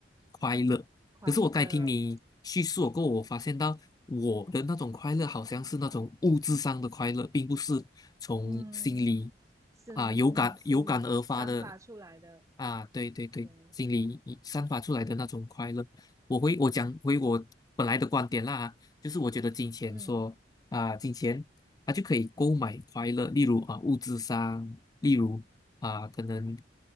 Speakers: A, on the left; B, on the right.
A: 快乐。
B: 快乐，
A: 可是我刚才听你叙述过后我发现到我的那种快乐好像是那种物质上的快乐，并不是从心里
B: 嗯，心嗯心里散发出来的，
A: 啊、有感有感而发的啊，对对对，
B: 嗯
A: 心里一散发出来的那种快乐。我回我讲回我本来的观点啦，就是我觉得金钱说。
B: 嗯
A: 啊，金钱他就可以购买快乐，例如啊物质上，例如啊可能